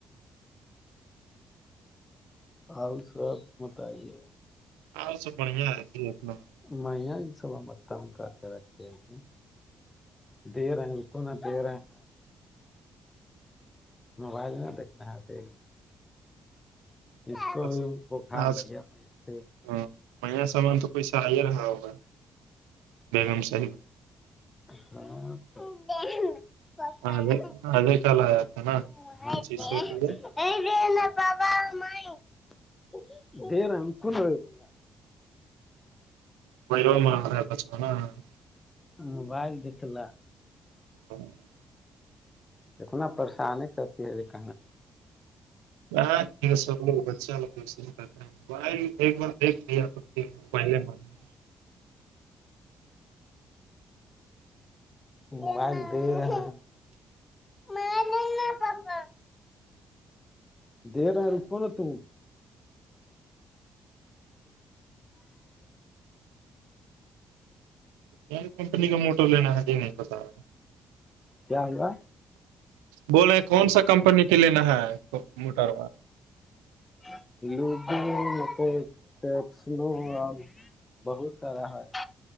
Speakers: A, on the left; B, on the right.
A: آپ سب متائے گ
B: اور سب بڑھیا ہےنا
A: میںیا سل بتا ہوں کر کے رکھتی کہ دیرا ہے رک نا دیر ہے ص موبائل میں دیکنا ہےتے اس کو
B: بس
A: بھی بخار
B: آج
A: لگیا میں یہاں پ
B: ہاں نیا سامان تو پسا آ ہی رہا ہوگا بیگم صاحب
A: ہاں
B: آدھے
A: تو
B: آدھے کل آیا تھا نا پچیس
A: <unintelligible>
B: سو روپیہ
A: <unintelligible>
B: <unintelligible>
A: موبائل دیکلا
B: <unintelligible>
A: اتنا پریشانی ہی کرتی ہے ک
B: <unintelligible> <unintelligible>
A: <unintelligible> <unintelligible>
B: کیا کمپنی کا موٹر لینا ہے یہ نہیں پتا
A: کیا ہوا
B: بولے کون سا کمپنی کے لینا ہے موٹر
A: <unintelligible> بہت سارا ہے